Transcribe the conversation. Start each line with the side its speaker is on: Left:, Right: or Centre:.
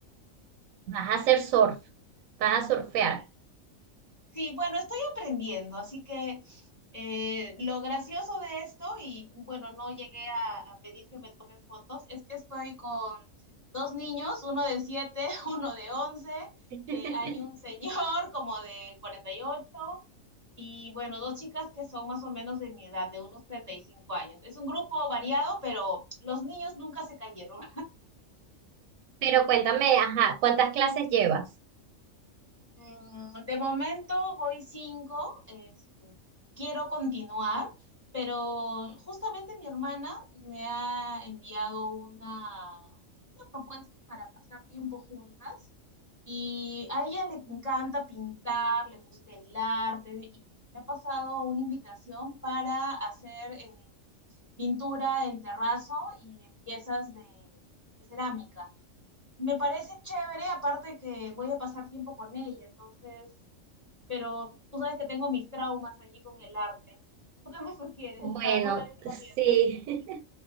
Right: Vas a hacer surf, vas a surfear.
Left: Sí, bueno, estoy aprendiendo, así que eh, lo gracioso de esto, y bueno, no llegué a, a pedir que me tomen fotos, es que estoy con dos niños, uno de siete, <laughs> uno de once,
Right: <laughs>
Left: eh, hay un señor como de cuarenta y ocho y bueno, dos chicas que son más o menos de mi edad, de unos 35 años. Es un grupo variado, pero los niños nunca se cayeron.
Right: Pero cuéntame, ajá, ¿cuántas clases llevas?
Left: Mm, De momento voy cinco, este, quiero continuar, pero justamente mi hermana me ha enviado una, una propuesta para pasar tiempo juntas y a ella le encanta pintar, le gusta el arte y me ha pasado una invitación para hacer eh, pintura en terrazo y en piezas de de cerámica me parece chévere, aparte que voy a pasar tiempo con ella, entonces, pero tú sabes que tengo mis traumas allí con el arte. ¿Tú qué me sugieres
Right: Bueno,
Left: para no salir corriendo?
Right: sí. <laughs>